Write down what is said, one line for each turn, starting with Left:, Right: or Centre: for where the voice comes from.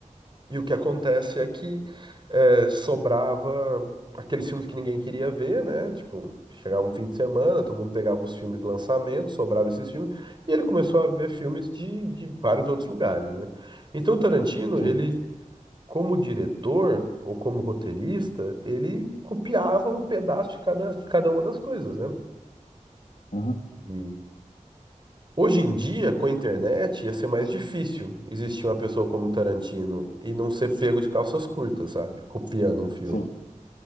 Right: E o que acontece é que eh, sobrava aqueles filmes que ninguém queria ver, né? Tipo, chegava um fim de semana, todo mundo pegava os filmes de lançamento, sobrava esses filmes, e ele começou a ver filmes de, de vários outros lugares, né? Então, Tarantino,
Left: Sim.
Right: ele, como diretor ou como roteirista, ele copiava um pedaço de cada, cada uma das coisas, né?
Left: Uhum.
Right: E, Hoje em dia, com a internet, ia ser mais difícil existir uma pessoa como Tarantino e não ser pego de calças curtas, sabe? Copiando um filme.
Left: Sim.